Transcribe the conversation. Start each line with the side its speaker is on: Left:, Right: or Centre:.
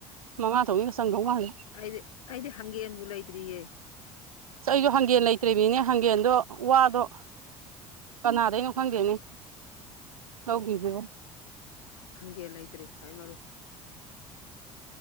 Right: ꯃꯉꯥ ꯊꯣꯛꯧꯅꯤꯒ ꯆꯪꯗꯧ ꯃꯥꯜꯂꯦ
Left: ꯑꯩꯗꯤ ꯑꯩꯗꯤ ꯍꯪꯒꯦꯝꯕꯨ ꯂꯩꯇ꯭ꯔꯤꯌꯦ
Right: ꯑꯩꯁꯨꯣ ꯍꯥꯡꯒꯦꯟ ꯂꯩꯇ꯭ꯔꯤꯕꯃꯤꯅꯦ ꯍꯥꯡꯒꯦꯟꯗꯣ ꯋꯥꯗꯣ ꯀꯅꯥꯗꯩꯅꯣ ꯈꯪꯗꯦꯅꯦ ꯂꯧꯈꯤꯁꯦꯕ
Left: ꯍꯪꯒꯦ ꯂꯩꯇ꯭ꯔꯤ ꯈꯏ ꯃꯔꯨ